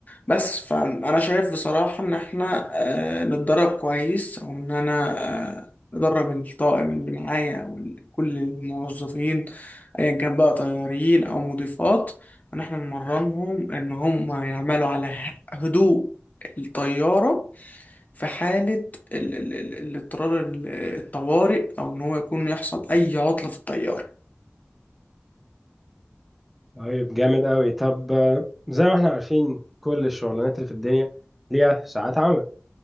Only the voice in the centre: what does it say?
طيب جامد قوي طب آه، زي ما احنا عارفين كل الشغلانات اللي في الدنيا ليها ساعات عمل